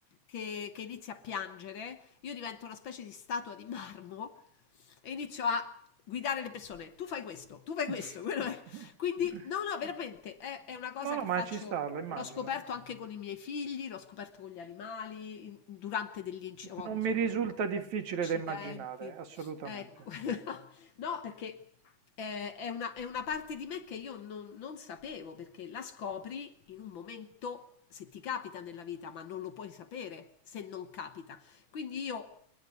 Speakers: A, on the left (about 60°); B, on the right (about 70°).
A: che, che inizia a piangere, io divento una specie di statua di marmo e inizio a guidare le persone. Tu fai questo, tu fai
B: <laughs>
A: questo. quello è. Quindi, no, no, veramente è, è una cosa
B: No, no,
A: che
B: ma
A: faccio.
B: ci sta, la immagino.
A: L'ho scoperto anche con i miei figli, l'ho scoperto con gli animali, in- durante degli incendi,
B: Non
A: insomma,
B: mi risulta
A: ho avuto
B: difficile
A: accidenti.
B: da immaginare, assolutamente.
A: Ecco, <laughs> no, perché eh, è una, è una parte di me che io non, non sapevo, perché la scopri in un momento, se ti capita nella vita, ma non lo puoi sapere se non capita. Quindi io